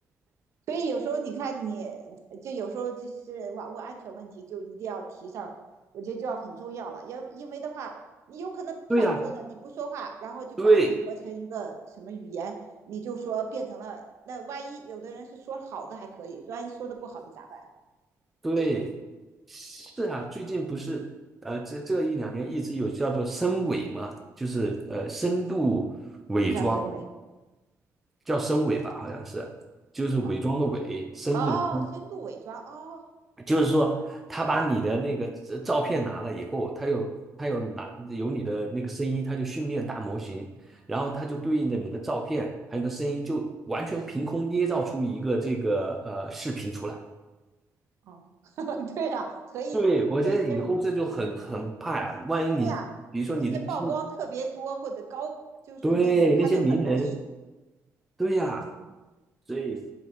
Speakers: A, on the right; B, in the centre.
A: 所以有时候你看你，就有时候就是网络安全问题，就一定要提上，我觉得就要很重要了。因为因为的话，你有可能像你说的，
B: 对呀，
A: 你不说话，然后就把你合成一个什么语言，
B: 对
A: 你就说变成了。那万一有的人是说好的还可以，万一说的不好的咋办？
B: 对，是啊，最近不是呃这这一两年一直有叫做深伪嘛，就是呃深度伪装，
A: 什么叫深伪
B: 叫深伪吧，好像是，就是伪装的伪，
A: 啊？
B: 深度的深。
A: 哦，深度伪装哦
B: 就是说，他把你的那个照照片拿了以后，他有他有拿有你的那个声音，他就训练大模型，然后他就对应着你的照片还有你的声音，就完全凭空捏造出一个这个呃视频出来。
A: 哦，<laughs> 对呀、啊所以那些
B: 对，我觉得以后这就很很怕呀，万一你比如说你的基因
A: 对呀、啊那些曝光特别多或者高，就是那种他就很容易
B: 对那些名人，对呀，所以